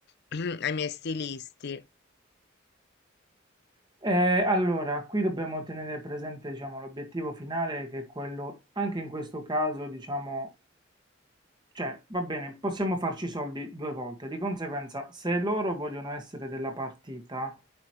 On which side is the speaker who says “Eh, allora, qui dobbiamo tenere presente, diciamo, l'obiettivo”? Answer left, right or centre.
Right